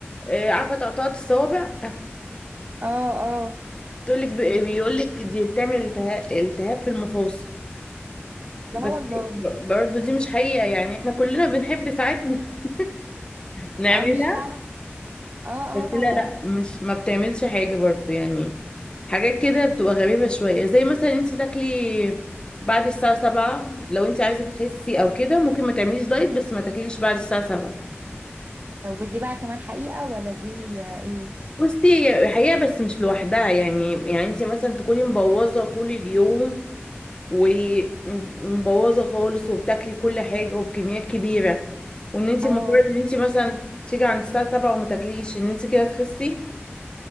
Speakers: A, on the left (about 25°); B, on the right (about 45°).
A: آه، عارفه تقطعة الصوابع
B: اه اه
A: هتقولك ب- بيقولك دي بتعمل التها- التهاب في المفاصل بس
B: لا والله
A: دي- ب-
B: دي
A: برضه دي مش حقيقة يعني احنا كلنا بنحب ساعات <laughs> نعملها
B: لا انا مش فاهمه اه اه
A: بس
B: طبعا
A: لا لا مش ما بتعملش حاجة برضه يعني حاجات كده بتبقى غريبة شوية زي مثلا انت تاكلي بعد الساعة سبعة لو انت عايزة تخسي او كده ممكن ما تعمليش دايت بس ما تاكليش بعد الساعة سبعة
B: ودي بقى كمان حقيقه ولا دي آه، ايه
A: بصي هي حقيقة بس مش لوحدها يعني يعني انت مثلا تكوني مبوظة طول اليوم ومبوظه خالص وبتاكلي كل حاجه وبكميات كبيره وان انت
B: اه
A: مجرد ان انت مثلا تيجي عند الساعه 7 وما تاكليش ان انت كده تخسي